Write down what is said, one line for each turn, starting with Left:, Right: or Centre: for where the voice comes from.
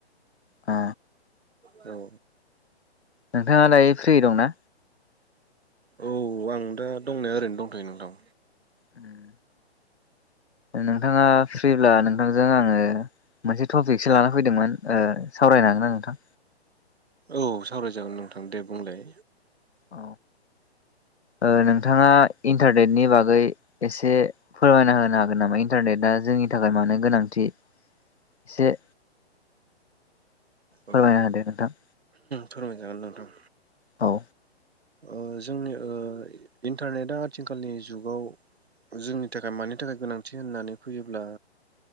Left: ओ
Right: औ
Left: नोंथाङा दायो फ्रि दंना
Right: औ आं दा दंनाया ओरैनो दंथ'यो नोंथां
Left: उम नोंथाङा फ्रिब्ला नोंथांजों आङो मोनसे टपिकसो लाना फैदोंमोन ओ सावरायनो हागोनना नोंथां
Right: औ सावराय जागोन नोंथां दे बुंलाय
Left: औ ओ नोंथाङा इन्टारनेटनि बागै एसे फोरमायना होनो हागोन नामा इन्टारनेटा जों नि थाखाय मानो गोनांथि एसे फोरमायना
Right: औ
Left: होदो नोंथां
Right: फोरमायजागोन नोंथां
Left: औ
Right: ओ जोंनि ओ इन्टारनेटआ आथिखालनि जुगाव जोंनि थाखाय मानि थाखाय गोनांथि होननानै फैयोब्ला